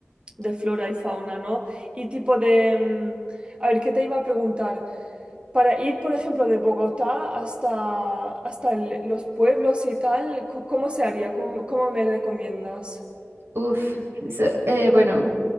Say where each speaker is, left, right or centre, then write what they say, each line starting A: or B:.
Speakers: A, on the right (about 25°); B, on the right (about 60°).
A: de flora y fauna, ¿no? Y tipo de... mm, A ver, ¿qué te iba a preguntar? Para ir, por ejemplo, de Bogotá hasta, hasta el- los pueblos y tal, co- ¿cómo se haría? ¿Cómo, cómo me recomiendas?
B: Uf, eso, eh, bueno,